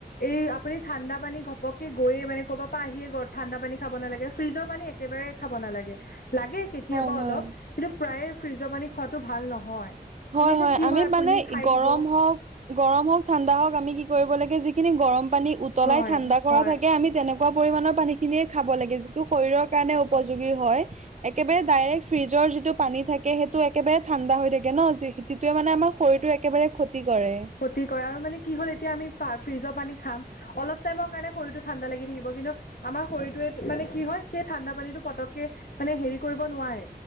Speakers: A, on the left (about 65°); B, on the right (about 45°).
A: এই আপুনি ঠাণ্ডা পানী ঘপকে গৈ মানে ক'ৰব পৰা আহিয়েৰত ঠণ্ডা পানী খাব নালাগে ফ্ৰিজৰ পানী একেবাৰে খাব নালাগে, লাগে কেতিয়াবা
B: হয় হয়
A: অলপ কিন্তু প্ৰায়ে ফ্ৰিজৰ পানি খোৱাাতটো ভাল নহয়।
B: হয়
A: মানে
B: হয়
A: এতিয়া কি
B: আমি
A: হয় আপুনি
B: মানে
A: খাই
B: গৰম
A: দিব
B: হওঁক গৰম হওঁক ঠাণ্ডা হওঁক আমি কি কৰিব লাগে যিখিনি গৰম পানী উতলাই
A: হয়
B: ঠাণ্ডা কৰা
A: হয়
B: থাকে আমি তেনেকুৱা পৰিমাণৰ পানী খিনিয়ে খাব লাগে যিটো শৰীৰৰ কাৰণে উপযোগী হয় একেবাৰে ডাইৰেক্ট ফ্ৰিজৰ যিটো পানী থাকে সেইটো একেবাৰে ঠাণ্ডা হৈ থাকে ন যিটোৱে মানে আমাৰ শৰটো একেবাৰে ক্ষতি কৰে।
A: ক্ষৰতি কৰে আৰু মানে কি হ'ল এতিয়া আমি ফা ফ্ৰিজৰ পানী খাম, অলপ টাইমৰ কাৰণে শৰতটো ঠাণ্ডা লাগি থাকিব কিন্তু আমাৰ শৰীৰটোৱে মানে কি হয়, সেই ঠাণ্ডা পানীটো পতকে মানে হেৰি কৰিব নোৱাৰে।